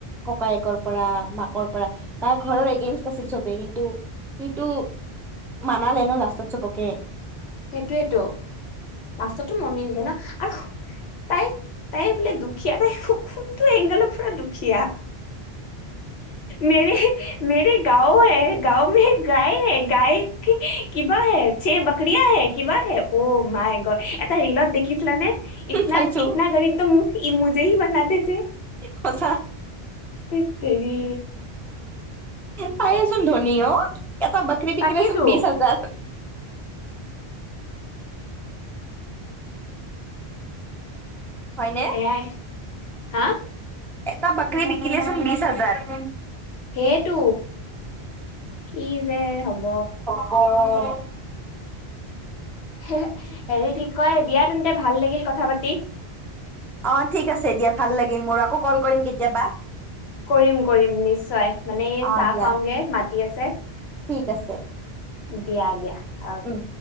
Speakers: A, in the centre; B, on the left.
A: ককায়েকৰ পৰা মাকৰ পৰা তাৰ ঘৰৰ এগেইনষ্ট আছিল চবেই কিন্তু সিটো মানালে ন লাষ্টত চবকে।
B: সেইটোয়েতো লাষ্টতো মনিলগে না আৰু তাই তাই বোলে দুখ দুখীয়া তাই খু কোনটো এংগলৰ পুৰা দুখীয়া। মেৰে মেৰে গাও হে, গাও মে গায় হে, গায় কি কিবা হে চে বাক ক্ৰিয়া হে, কিবা হে অ' মাই গদ। এটা ৰীলত দেখিছিলানে ইতনা
A: চাইছো
B: ইতনা গাৰিব টম ই মুজে হি বনা দেতে।
A: সঁচা।
B: ধেত তেৰি।
A: তায়ে চোন ধনি অ', এটা বক্ৰি বিকিলে
B: তাকেইতো।
A: চোন বিছ হাজাৰ। হয়নে
B: সেয়াই, হা?
A: এটা বক্ৰি বিকিলে চোন বিছ হাজাৰ।
B: সেটো, কি যে হ'ব।
A: অ'।
B: হে-হেৰি কি কয়, দিয়া তেন্তে ভাল লাগিল কথা পাতি।
A: অ', ঠিক আছে দিয়া, ভাল লাগিল মোৰ আকৌ কল কৰিম কেতিয়াবা
B: কৰিম কৰিম নিশ্চয়, মানে এই
A: অ
B: চাহ
A: দিয়া
B: খাওঁগৈ, মাতি আছে।
A: ঠিক আছে।
B: দিয়া দিয়া অ'কে।
A: উম